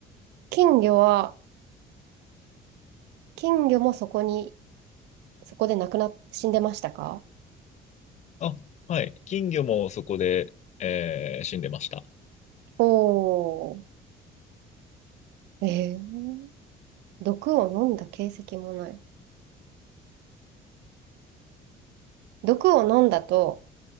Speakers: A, on the right (about 85°); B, on the left (about 45°).
A: 金魚は、金魚もそこに、そこで亡くなっ、死んでましたか
B: あ、はい。金魚もそこで、えー死んでました。
A: おー、えー、毒を飲んだ形跡もない。毒を飲んだと、